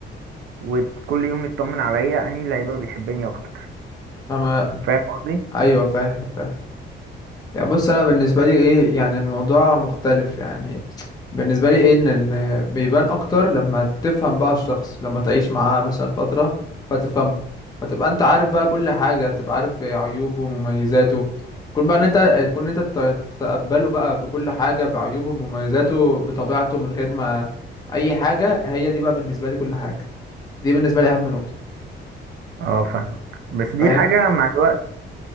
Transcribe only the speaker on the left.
تمام
ايوه فاهم فاهم يعني بص انا بالنسبه لي ايه يعني الموضوع مختلف يعني بالنسبه لي ايه ان ال- بيبان اكتر لما تفهم بقى الشخص لما تعيش معاه مثلا فتره فتفهمه فتبقى انت عارف بقى كل حاجه تبقى عارف عيوبه ومميزاته كون بقى ان انت تكون انت تت- تتقبله بقى بكل حاجه بعيوبه بمميزاته بطبيعته من غير ما اي حاجه هي دي بقى بالنسبه لي كل حاجه دي بالنسبه لي اهم نقطه
فاهم